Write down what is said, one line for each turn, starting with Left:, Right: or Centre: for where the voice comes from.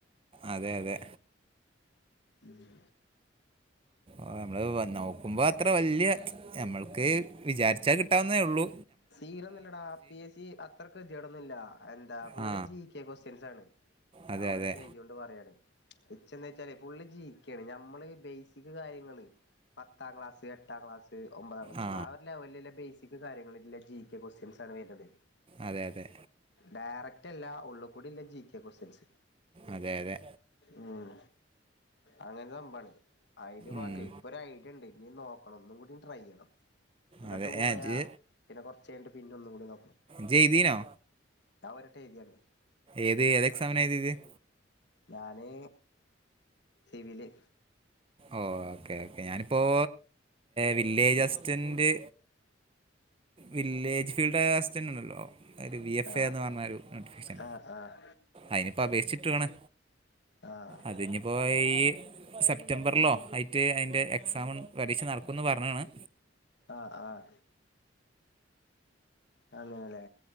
Right: അതെ അതെ
Left: ആഹ്
Right: ഓനമ്മള് നോക്കുമ്പത്ര വല്ല്യ നമ്മക്ക് വിചാരിച്ചാകിട്ടാവുന്നേഒള്ളൂ
Left: സീരംന്നെല്ലെടാ പി എസ് സി ത്രക്ക്കേതിയെടോന്നുല്ല എന്താപുള്ളിക്ക്ഇകേകോസ്റ്റ്സ്റ്റേൻസാണ്
Right: ആ അതെ
Left: ഞാനൊരു
Right: അതെ
Left: വട്ടം എഴുത- പറയേണ് ഇച്ചന്താചാല് ഫുള്ള് ജീകെണ് നമ്മള്ബേസിക് കാര്യങ്ങള് പത്താംക്ലാസ് എട്ടാംക്ലാസ്ഒമ്പതാം ക്ലാസ്
Right: ആ
Left: ആഒരുലെവലിലെബേസിക് കാര്യങ്ങളി ല്ലേ ജികെ ക്വസ്റ്റ്യൻസ് വരണത്
Right: അതെ അതെ
Left: ഡയറക്റ്റ് അല്ല ഉള്ള്കൂഡില്ല ജി കെ ക്വസ്റ്റ്യൻസ്
Right: അതെ അതെ
Left: ഉം അങ്ങനെ സംഭാണ് അയില് പള്ട്ട്
Right: ഉം.
Left: ഇപ്പൊരയിഡിയണ്ട് ഇനിനോക്കണം ഒന്നും കൂടിട്രൈയ്യണം ന്നിട്ടും
Right: അതെ
Left: പോയാ
Right: ഏ, ഇജ്ജ്
Left: പിന്നെ കൊറച്ചയിഞ്ഞിട്ട് പിന്നെന്നൂടിനോ
Right: ജി ഏയ്‌തിനോ
Left: ഒരട്ടം എഴുതിയാണ്
Right: ഏത് ഏത എക്സാമിനാ എഴുതിയത്
Left: ഞാന് സിവില്
Right: ഓഹ് ഓക്കേക്കേ ഞാനിപ്പോൾ വില്ലേജ്അസ്റ്റൻറ് വില്ലേജ് ഫീൽഡ്അസ്റ്ററ്ണ്ടല്ലോ ഒരു വി എസ്സെ
Left: ആഹ്
Right: എന്ന്റിഞ്ഞൊരു അഡ്ഫിഷൻ
Left: ആഹ് ആഹ്
Right: അയിന് പപേക്ഷിച്ചിട്ടക്ക്ണ്
Left: ആഹ്
Right: അതിഞ്ഞിപ്പോൾ ഈസെപ് റ്റംബറിലോ ആയിറ്റ് അയിൻ്റെ എക്സാാം പരീക്ഷനടക്കുന്ന് പറഞ്ഞക്ക്ണ്
Left: ആഹ്ആഹ് ആഹ് അങ്ങനല്ലേ